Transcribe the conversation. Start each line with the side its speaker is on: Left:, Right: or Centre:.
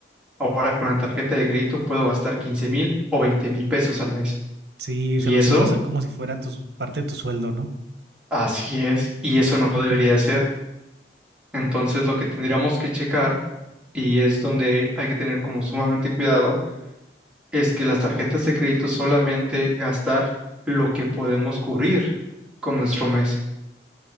Centre: ahora con la tarjeta de crédito puedo gastar quince mil o veinte mil pesos al mes.
Right: Sí,
Centre: Y
Right: se lo
Centre: eso,
Right: sumas a como si fuera tu, parte de tu sueldo, ¿no?
Centre: así es, y eso no debería
Right: <laughs>
Centre: ser. Entonces, lo que tendríamos que checar, y es donde hay que tener como sumamente cuidado, es que las tarjetas de crédito solamente gastar lo que podemos cubrir con nuestro mes.